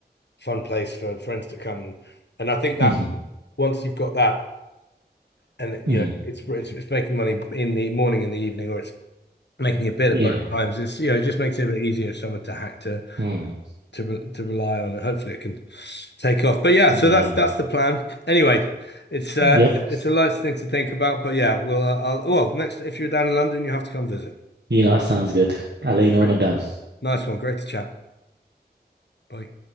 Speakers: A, on the left (about 85°); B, on the right (about 80°).
A: fun place for friends to come. And I think that
B: Mhm.
A: once you've got that, and
B: Mm.
A: you know it's it's, it's making money in the morning, in the evening, or it's making a bit
B: Yeah.
A: at both times. It's you know it just makes it a bit easier for someone to hack to
B: Mm.
A: to re- to rely on, and hopefully it can take off. But yeah,
B: Yeah.
A: so that's that's the plan. Anyway, it's uh
B: Yep.
A: it's, it's a nice thing to think about. But yeah, well, uh, I'll, well, next if you're down in London, you have to come visit.
B: You know, it sounds good. I'll let you know
A: Great.
B: when I'm done.
A: Nice one, great to chat. Bye.